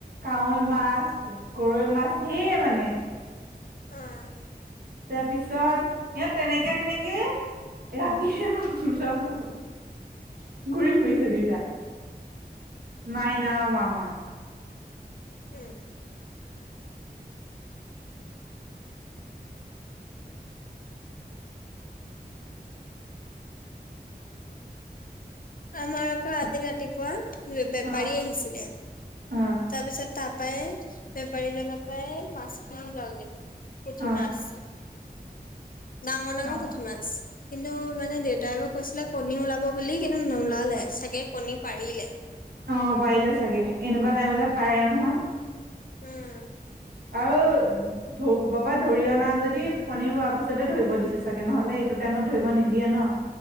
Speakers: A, on the right (about 65°); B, on the left (about 55°).
A: কাৱৈ মাছ। গৰৈ মাছ ঢেৰ মানে।
B: উম।
A: তাৰপিছত ইয়াত তেনেকে তেনেকে। ৰাতিহে নহ দুটা‌ পা ঘূৰি ফুৰিছে দুইতো। মাইনা আও মামা।
B: এ আমাৰ আকৌ আজি ৰাতিপুৱা বে বে বেপাৰী
A: অ
B: আহিছিলে।
A: অ
B: তাৰপিছত তাপাই বেপাৰীজনৰ পৰাই মাছ কিনি ললে। পুঠি
A: অ
B: মাছ ডাঙৰ ডাঙৰ
A: অ
B: পুঠি মাছ। কিন্তু মানে দেউতাই আকৌ কৈছিলে কণী ওলাব বুলি কিন্তু নোলালে, চাগে কণী পাৰিলে।
A: অহ পাৰিলে চাগে এনেকুৱা টাইমলে পাৰে নহয়।
B: উম।
A: আৰু য'ত কবাপা ধৰি অনা যদি কণী পৰা পিছতে ধৰিব দিছে চাগে নহলে এইটো টাইমত ধৰিব নিদিয়ে ন।